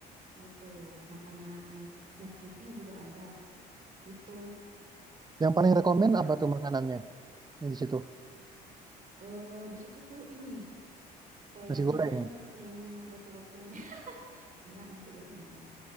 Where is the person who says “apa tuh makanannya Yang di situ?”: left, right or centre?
Right